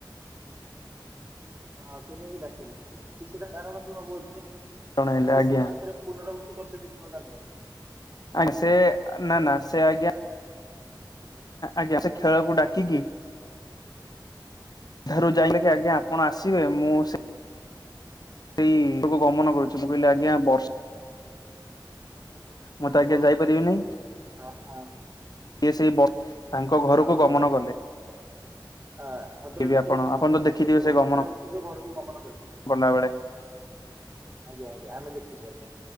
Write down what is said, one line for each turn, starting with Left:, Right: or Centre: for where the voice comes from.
Right: ହୁଁ। ହଁ କେବେବି ଡାକିଲେ, କିଛିଟା କାରଣ ଥିବ ବୋଧହୁଏ।
Left: ଜଣେଇଲେ
Right: ନା ସେ
Left: ଆଜ୍ଞା
Right: କୁଣି ଆଉଥରେ ପୁନରାବତ୍ତି କରୁଛନ୍ତି ଖେଳ ତାଙ୍କର?
Left: ଆ ସେ ନା -ନା ସେ ଆଜ୍ଞା, ଆଜ୍ଞା ସେ ଖେଳକୁ ଡାକିକି
Right: ହୁଁ।
Left: <unintelligible> ଆପଣ ଆସିବେ
Right: ଆଜ୍ଞା
Left: ମୁଁ ସେ ଉଁ
Right: ଓ-
Left: ତବୁ ଗମନ କରୁଛି ମୁ କହିଲି ଆଜ୍ଞା ବର୍ଷ୍ ମୁଁ
Right: ଓହୋ
Left: ତ ଆଜ୍ଞା ଯାଇପାରିବିନି
Right: ଆ ହଁ।
Left: ଇଏ ସେଇ ବର୍ ତାଙ୍କ ଘରକୁ
Right: ଓହୋ
Left: ଗମନ କଲେ।
Right: ଆ ଭଦ୍ର
Left: ବି
Right: ବ୍ୟକ୍ତିଙ୍କ
Left: ଆପଣ ଆପଣ ତ ଦେଖିଥିବେ
Right: ଓ
Left: ସେ ଗମନ
Right: ଭଦ୍ର ବ୍ୟକ୍ତିଙ୍କ ଘରକୁ ଗମନ କଲେ।
Left: କଲା ବେଳେ
Right: ଆଜ୍ଞା ଆଜ୍ଞା ଆମେ ଦେଖୁଚୁ ଆଜ୍ଞା